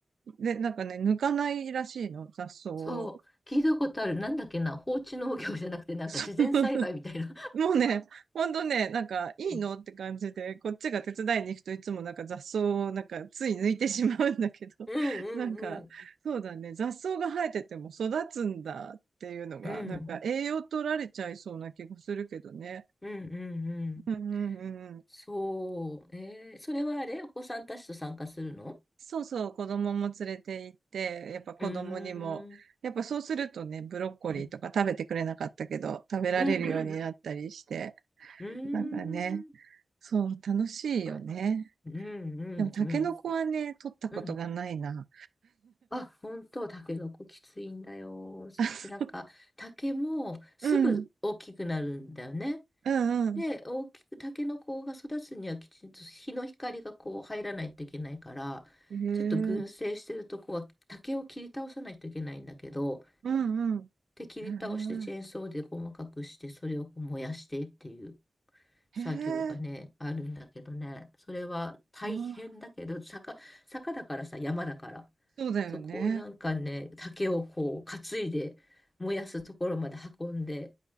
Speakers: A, on the right (about 85°); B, on the left (about 35°).
A: で、なんかね、抜かないらしいの、雑草を。
B: そう、聞いたことある。なんだっけな、放置農業じゃなくて、なんか自然栽培みたいな。
A: <laughs> もうね、ほんとね、なんか、いいのって感じで、
B: うん。
A: こっちが手伝いに行くといつもなんか雑草をなんかつい抜いてしまうんだけど、
B: うんうんうん。
A: <laughs> なんか、そうだね、雑草が生えてても育つんだっていうのが、
B: うん、
A: なんか栄養取られちゃいそうな気がするけどね。
B: うん、うん、うん。
A: うんうんうんうん。
B: そう。えー、それはあれお子さんたちと参加するの
A: そうそう、子供も連れて行って、やっぱ子供にも、
B: うーん、
A: やっぱそうするとね、ブロッコリーとか食べてくれなかったけど、
B: うん、
A: 食べられるようになったりして、
B: うん、うん、うーん、
A: なんかね、そう、楽しいよね。
B: はいうん、うん、
A: でも、タケノコはね、
B: うん。
A: 取ったことがないな。
B: うんあ、本当、タケノコきついんだよ。
A: <laughs>
B: そしてなんか、
A: あ、そう、
B: 竹もすぐ大きくなるんだよね。
A: うん、うん、うん。
B: で、大きく、タケノコが育つにはきちんと日の光がこう入らないといけないから、
A: へえ、
B: ちょっと群生してるとこは竹を切り倒さないといけないんだけど、
A: うん、うん。
B: で、切り倒してチェーンソーで細かくして、
A: へ
B: それをこう燃やしてっていう作業がね、
A: え、へえ、
B: あるんだけどね、それは大変だけど、
A: うん
B: 坂、坂だからさ、山だから、
A: そうだよね。
B: そこをなんかね、竹をこう担いで燃やすところまで運んで、